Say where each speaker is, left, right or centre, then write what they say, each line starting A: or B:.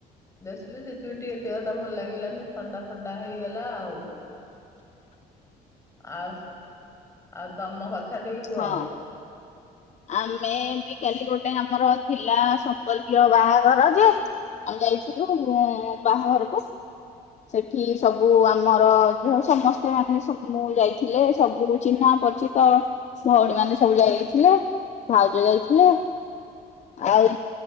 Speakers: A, on the left (about 15°); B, on the left (about 45°).
A: ଦେଖିଲୁ ସେଥିପାଇଁ ଟିକେ ଦେହ ଟା ଭଲ ଲାଗିଲାନି ଥଣ୍ଡା ଫଣ୍ଡା ହେଇଗଲା ଆଉ। ଆଉ ଆଉ ତମ କଥା ଟିକେ କୁହ?
B: ହଁ <inaudible> ଆମେ ବି କାଲି ଗୋଟେ ଆମର ଥିଲା ସମ୍ପର୍କୀୟ ବାହାଘର ଯେ ଆମେ ଯାଇଥିଲୁ ବାହାଘରକୁ। ସେଠି ସବୁ ଆମର ଯ ସମସ୍ତେ ମାନେ ସ ମୁଁ ଯାଇଥିଲେ। ସବୁ ଚିହ୍ନା ପରିଚିତ। ଭଉଣୀ ମାନେ ସବୁ ଯାଇାଇଥିଲେ ଭାଉଜ ଯାଇଥିଲେ। ଆଉ